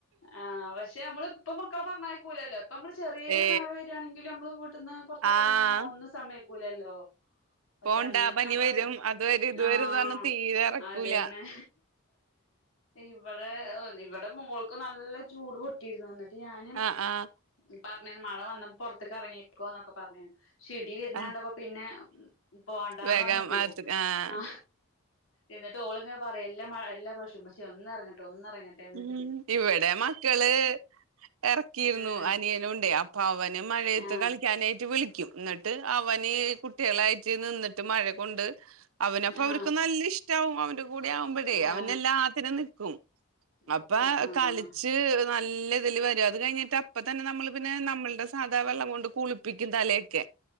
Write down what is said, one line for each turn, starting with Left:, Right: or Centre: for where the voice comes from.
Left: ആഹ് പക്ഷെ നമ്മളിപ്പൊ മക്കളെ പറഞ്ഞയക്കുലല്ലോ, ഇപ്പ നമ്മള് ചെറി
Right: ഏ
Left: മഴ വരാണെങ്കിലും നമ്മള് വീട്ട്ന്ന് പൊർ ത്ത്കറങ്ങാനോ
Right: ആഹ്
Left: ഒന്നും സമയ്ക്കൂലല്ലോ. പക്ഷെ
Right: പോണ്ട
Left: അന്നൊക്കെ
Right: പനി
Left: നമ്മള്
Right: വരും അത് വരും ഇത്
Left: ആഹ്
Right: വരുംന്ന് പറഞ്ഞ് തീരെ എറക്കൂല
Left: അതന്നെ. ഇവടെ ഇവടെ മോൾക്ക് നല്ല ചൂട് പൊട്ടിയിരുന്നു ന്നിട്ട് ഞാനും
Right: ആഹ് ആഹ്
Left: പറഞീന്ന് മഴ വന്നപ്പൊ പോർത്ത്ക്ക് അറങ്ങിക്കൊന്നൊക്കെ പറഞീന്നു. ഇടി വരുന്നണ്ടപ്പ
Right: ആഹ്
Left: പിന്നെ പോണ്ടാന്നറിഞ്ഞിട്ടേയ്
Right: വേഗം അത് ആഹ്
Left: ആ എന്നിട്ട് ഓള് ങ്ങനെ പറയും എല്ലാ മഴ എല്ലാ പ്രവശ്യം മ്മച്ചി ഒന്നറങ്ങട്ടെ ഒന്നറങ്ങട്ടെന്ന് വെച്ചിട്ടെ
Right: ഉം ഇവിടെ മക്കള് ഇറക്കിയിരുന്നു
Left: ഏ
Right: അനിയനുണ്ട് അപ്പൊ അവന് മഴയത്ത്
Left: ആ
Right: കളിക്കാനായിട്ട് വിളി ക്കും ന്നിട്ട് അവന് കുട്ടികളായിട്ട് നിന്നിട്ട് മഴ കൊണ്ട് അവനപ്പ
Left: ആ
Right: അവർക്ക് നല്ല ഇഷ്ട്ടാവും അവന്റെ കൂടെ ആവുമ്പോഴേ
Left: ആ
Right: അവന എല്ലാത്തിനും നിക്കും
Left: നിക്കും
Right: അപ്പൊ
Left: ആ
Right: കളിച്ച് നല്ല ഇതില് വ അത് കഴിഞ്ഞിട്ട് അപ്പ തന്നെ നമ്മള് പിന്നെ നമ്മൾടെ സാധാ വെള്ളം കൊണ്ട് കുളിപ്പിക്കും തലേ ക്കേ